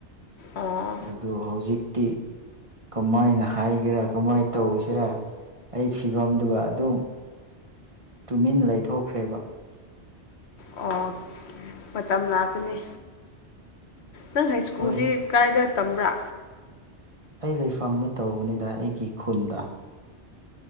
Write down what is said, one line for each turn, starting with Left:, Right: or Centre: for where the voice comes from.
Left: ꯑꯣ
Right: ꯑꯗꯨ ꯍꯧꯖꯤꯛꯇꯤ ꯀꯃꯥꯏꯅ ꯍꯥꯏꯒꯦꯔꯥ ꯀꯃꯥꯏꯅ ꯇꯧꯁꯤꯔꯥ ꯑꯩ ꯐꯤꯕꯝꯗꯨꯒ ꯑꯗꯨꯝ ꯇꯨꯃꯤꯟ ꯂꯩꯊꯣꯛꯈ꯭ꯔꯦꯕ
Left: ꯑꯣ ꯃꯇꯝ ꯂꯥꯛꯀꯅꯤ ꯅꯪ ꯍꯥꯏ ꯁ꯭ꯀꯨꯜꯗꯤ
Right: ꯍꯣꯏ
Left: ꯀꯥꯏꯗ ꯇꯝꯕ꯭ꯔꯥ
Right: ꯑꯩ ꯂꯩꯐꯝꯗ ꯇꯧꯕꯅꯤꯅ ꯑꯩꯒꯤ ꯈꯨꯟꯗ